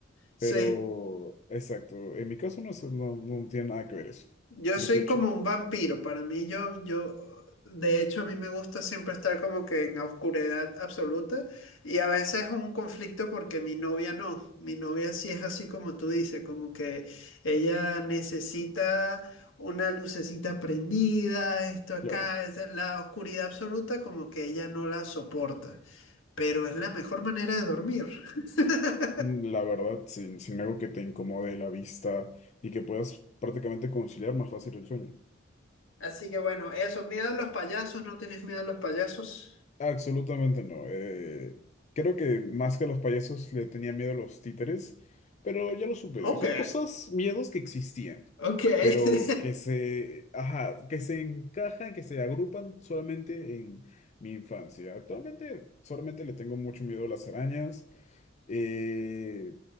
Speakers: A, on the left; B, on the left.
A: sí.
B: Pero, exacto, en mi caso no, sé, no, no tiene nada que ver eso.
A: Yo
B: Yo
A: soy
B: soy chill,
A: como un vampiro, para mí yo, yo, de hecho a mí me gusta siempre estar como que en la oscuridad absoluta y a veces es un conflicto porque mi novia no, mi novia sí es así como tú dices, como que ella necesita una lucecita prendida, esto acá,
B: claro.
A: es la oscuridad absoluta como que ella no la soporta, pero es la mejor manera de dormir. <laughs>
B: La verdad, sin, sin algo que te incomode la vista y que puedas prácticamente conciliar más fácil el sueño.
A: Así que bueno, eso, miedo a los payasos, ¿no tienes miedo a los payasos?
B: Absolutamente no. Eh, creo que más que a los payasos le tenía miedo a los títeres, pero ya lo superé.
A: Ok.
B: Son cosas, miedos que existían,
A: Ok. <laughs>
B: pero que se, ajá, que se encajan, que se agrupan solamente en mi infancia. Actualmente solamente le tengo mucho miedo a las arañas. eh,